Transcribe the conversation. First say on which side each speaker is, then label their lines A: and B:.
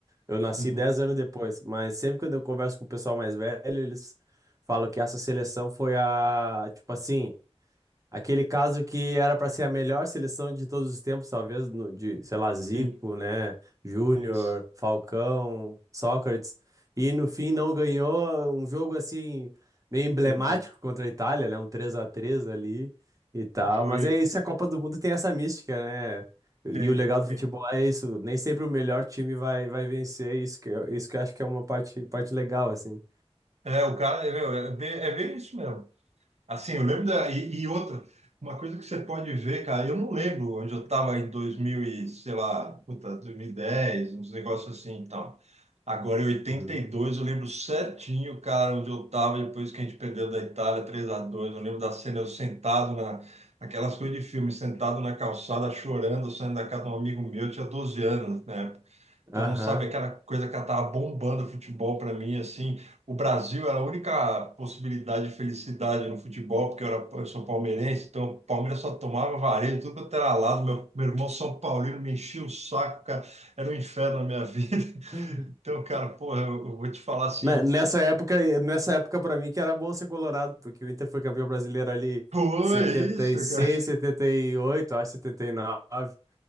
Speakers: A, on the right; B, on the right.
A: Eu nasci
B: Uhum,
A: 10 anos depois, mas sempre quando eu converso com o pessoal mais velho, eles falam que essa seleção foi a, tipo assim, Aquele caso que era para ser a melhor seleção de todos os tempos, talvez, no- de, sei lá, Zico,
B: Sim,
A: né? Júnior,
B: isso.
A: Falcão, Sócrates. E no fim não ganhou um jogo assim, meio emblemático
B: Entendi.
A: contra a Itália, né? Um três a três ali e tal.
B: Foi.
A: Mas é isso, a Copa do Mundo tem essa mística, né? E
B: Tem.
A: o legal do
B: É,
A: futebol é isso, nem sempre o melhor time vai, vai vencer. Isso que, eu- isso que eu acho que é uma parte, parte legal, assim.
B: É, o cara, é, meu, é bem, é bem isso mesmo. Assim, eu lembro da. E, e outra, uma coisa que você pode ver, cara, eu não lembro onde eu estava em dois mil e, sei lá, puta, dois mil e dez uns negócios assim e tal. Agora, em oitenta
A: Uhum.
B: e dois eu lembro certinho, cara, onde eu estava depois que a gente perdeu da Itália três a dois Eu lembro da cena, eu sentado na. Aquelas coisas de filme, sentado na calçada, chorando, saindo da casa de um amigo meu, eu tinha 12 anos, né? Então,
A: Aham.
B: sabe, aquela coisa que ela tava bombando o futebol para mim, assim, o Brasil era a única possibilidade de felicidade no futebol, porque eu, era, eu sou palmeirense, então o Palmeiras só tomava vareio, tudo quanto era lado, meu, meu irmão São Paulino me enchia o saco, cara, era um inferno na minha vida. <laughs>
A: <laughs>
B: Então, cara, porra, eu, eu vou te falar assim,
A: Na- Nessa época, eh, nessa época para mim que era bom ser colorado, porque o Inter foi campeão brasileiro ali
B: pô, é isso,
A: 76,
B: cara,
A: 78, acho setenta e nove